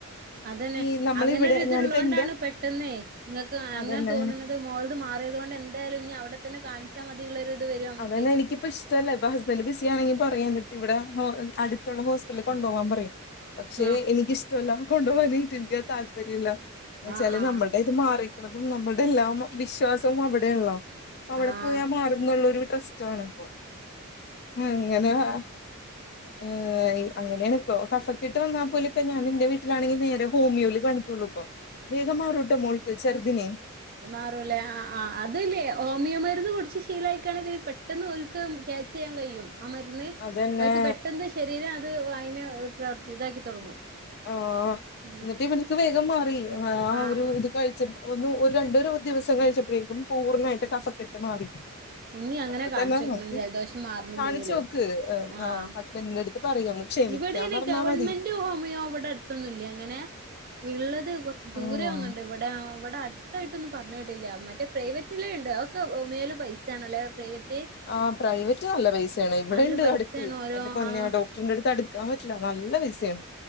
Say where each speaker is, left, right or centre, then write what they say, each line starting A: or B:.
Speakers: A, on the right; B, on the left.
A: അതന്നെ
B: ഈ നമ്മളിവിടെ
A: അങ്ങനെ ഒര് ഇത്ള്ളോണ്ടാണ്
B: ഞാനിപ്പോ എന്റെ
A: പെട്ടന്നേ ഇങ്ങൾക്ക് അങ്ങനെ
B: അതന്നെ
A: തോന്ന്ണത് മോൾ- - ത് മാറിയത് കൊണ്ട് എന്തായാലും ഇനി അവിടെ തന്നെ കാണിച്ചാൽ മതീ ള്ളൊര് ഇത് വരും നമ്മക്ക്
B: അതന്നെ എനിക്കിപ്പ ഇഷ്ടല്ല ഇപ്പൊ ഹസ്ബൻഡ് ബിസി ആണെങ്കി പറയും എന്റടുത്തി ഇവിടെ ഹോ അടുത്തുള്ള ഹോസ്പിറ്റ്ല്ൽ കൊണ്ടോവാ പറയും പക്ഷെ
A: ആഹ്
B: എനിക്കിഷ് റ്റല്ല കൊണ്ട് വാനി റ്റെ ഇൻകഹ് താല്പര്യല്ല എന്ന് വെച്ചാല്
A: ആഹ് ആഹ്
B: നമ്മള്ടെ മാറീക്ക്ണതും നമ്മടെ എല്ലാം വിശ്വാസവും അവിടെ ണല്ലോ പ്പഅവിടെ
A: ആഹ്
B: പോയാ മാറുന്ന്ള്ളരു ട്രാഷ്റ്റാണ് പ്പോ അങ്ങനെ വ
A: <unintelligible>
B: ഏഹ് അങ്ങനെയാണ് ഇപ്പൊ കഫക്കട്ട് വന്നാ പോലു ഇപ്പോ ഞാൻ എന്റെ വീട്ടിലാണെങ്കി നേരെ ഹോമിയോൽ കാണിക്കൊള്ളൂ ഇപ്പൊ വേഗം മാറൂട്ടോ മോൾക്ക് ചെറ്തിന്
A: മാറും അല്ലേ ആഹ് ആഹ് അത് ലെയോ ഹോമിയോ മരുന്ന് കുടിച്ച് ശീലാ യിക്കാണെങ്കില് പെട്ടെന്ന് ഓൽക്ക് അഹ് ക്യാച്ച് ചെയ്യാൻ കഴിയും ആഹ് മരുന്ന്
B: അതന്നെ
A: ഓൽക്ക് പെട്ടെന്ന് ശരീരം അത് അയിന് പ്രവർത്തി ഇതാക്കി തൊടങ്ങും
B: ആഹ്
A: ഉം
B: എന്നിട്ട് ഇവൾക്ക് വേഗം മാറി ആ
A: ആഹ്
B: ഒരു ഇത് കഴിച്ചപ്പ് ഒന്ന് ഒരു രണ്ടോഒരു ദിവസം കഴിച്ചപ്പോഴേക്കും പൂർണ്ണായിട്ട് കഫക്കെട്ട് മാറി
A: ഇനി അങ്ങനെ
B: അപ്പൊ
A: കാണിച്ചോക്കണം
B: തന്നെ നമുക്ക്
A: ജലദോഷം മാറുന്നില്ലെങ്കിലേ
B: കാണിച്ചു നോക്ക്
A: ആഹ്
B: ഹസ്ബൻഡിന്റെ അടുത്ത് പറയും ഒന്ന് ക്ഷമിക്കാൻ
A: ഇവിടെല്ലേ
B: പറഞ്ഞാ
A: ഗവൺമെന്റ്
B: മതി
A: ഹോമിയോ അവിടെടു അടുത്തൊന്നില്ല അങ്ങനെ ഉള്ളത് കുറച്ച് ദൂര
B: ആഹ്
A: ഒന്നുണ്ട്, ഇവിടെ ഇവിടെ,, ഇതായിട്ടൊന്നും പറഞ്ഞിട്ടില്ല മറ്റേ പ്രൈവറ്റില ഉണ്ട് അവർക്കെ ഹോമിയോയില് പൈസ ആണല്ലേ പ്രൈവറ്റ്
B: ആഹ് പ്രൈവറ്റ് നല്ല പൈസയാണ് ഇവിടെ
A: നല്ല
B: ഉണ്ട്
A: പൈസയാണ്
B: അടുത്ത്
A: ഓരോ
B: എന്റെ പൊന്നെ
A: ആഹ്
B: ഡോക് ഡോക്ടറിന്റെ അടുത്ത് അടുക്കാൻ പറ്റില്ല നല്ല പൈസയാണ്